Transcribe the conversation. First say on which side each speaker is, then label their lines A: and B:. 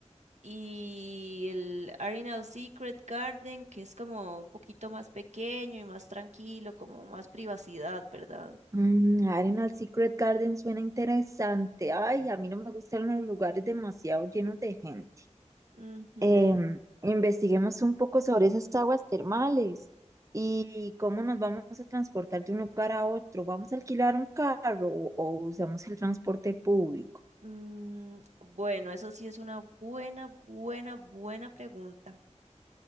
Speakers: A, on the right; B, on the right.
A: Y el Arenal Secret Garden, que es como un poquito más pequeño y más tranquilo, como más privacidad, ¿verdad?
B: Mm, Arenal Secret Garden suena interesante. Ay, a mí no me gustan los lugares demasiado llenos de gente.
A: Ujú.
B: Em, investiguemos un poco sobre esas aguas termales y cómo nos vamos a transportar de un lugar a otro. ¿Vamos a alquilar un carro o o usamos el transporte público?
A: Mm, bueno, eso sí es una buena, buena, buena pregunta.